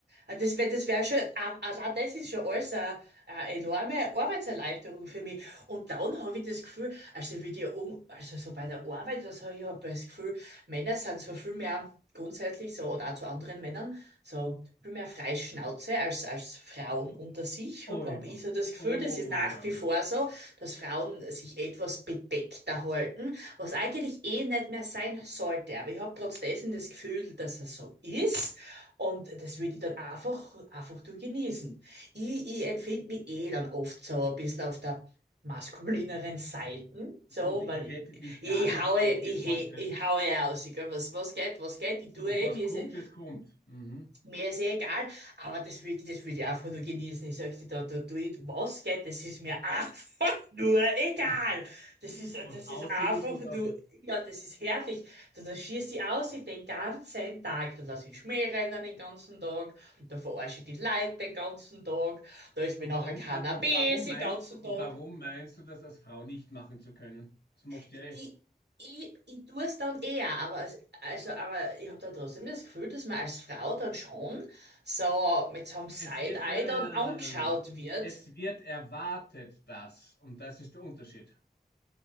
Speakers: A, on the right (about 80°); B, on the left (about 75°).
A: Ah, das wäre das wär schon, ah, allein das ist schon alles eine, eine enorme Arbeitserleichterung für mich. Und dann habe ich das Gefühl, also wie die, um, also so bei der Arbeit, das habe ich hab das Gefühl, Männer sind so viel mehr grundsätzlich so, oder auch zu anderen Männern, so viel mehr Freischnauze als, als Frauen unter sich.
B: Oh
A: Habe
B: ja,
A: hab hab ich so das Gefühl,
B: oh
A: das ist nach
B: ja.
A: wie vor so, dass Frauen sich etwas bedeckter halten, was eigentlich eh nicht mehr sein sollte. Aber ich habe trotzdem das Gefühl, dass es so ist. Und das würde ich dann einfach, einfach durch genießen. Ich, ich empfinde mich eh dann oft so ein bisschen auf der maskulineren Seiten, so,
B: Du, Ich
A: weil
B: hätte dich
A: ich,
B: gar
A: ich
B: nicht
A: haue,
B: dort
A: ich,
B: geortet.
A: he- ich haue aus, ich gell, was, was geht, was geht, ich
B: Du,
A: tue eh,
B: was
A: mir
B: kommt,
A: ist eh,
B: das kommt. Mhm.
A: mir ist eh egal, aber das würde das würd ich einfach nur genießen. Ich sag dir, da, da tue ich was geht, das ist mir einfach <laughs> nur egal.
B: <laughs>
A: Das ist, das
B: Was aussehen
A: ist einfach
B: muss, muss
A: nur,
B: aussehen.
A: ja, das ist herrlich. Da, da schießt ich aus in den ganzen Tag. Da lass ich Schmäh rennen den ganzen Tag. Da verarsche ich die Leute den ganzen Tag. Da ist
B: Und
A: mir nachher
B: warum
A: Cannabis
B: kann, und warum
A: den
B: meinst
A: ganzen
B: du, und
A: Tag.
B: warum meinst du, das als Frau nicht machen zu können? Das machst
A: Ich,
B: du ja eh.
A: ich, ich tue es dann eher, aber, als- also, aber ich habe da trotzdem das Gefühl, dass man als Frau dann schon so mit so einem Side-Eye
B: Es wird, nein, nein,
A: dann
B: nein,
A: angeschaut
B: nein, nein, nein. nein.
A: wird.
B: Es wird erwartet, das. Und das ist der Unterschied.